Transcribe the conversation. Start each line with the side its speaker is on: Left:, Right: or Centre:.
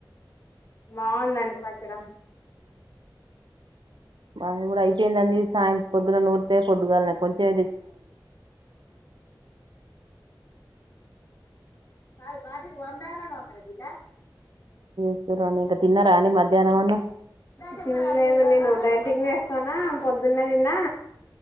Left: బాగుందండి పచ్చడం
Right: బ ఇఊ యితేయింద అంది సాయంత పద్ న ఫొడ్గా కొంచెం
Left: కాదు పాటకి వందార వందడదల
Right: అశ రాణి ఇక దిన రాణి మధ్యాహ్నవనా
Left: తిలేద నోంటంటి స్తానా పొద్దున్న తిన్నా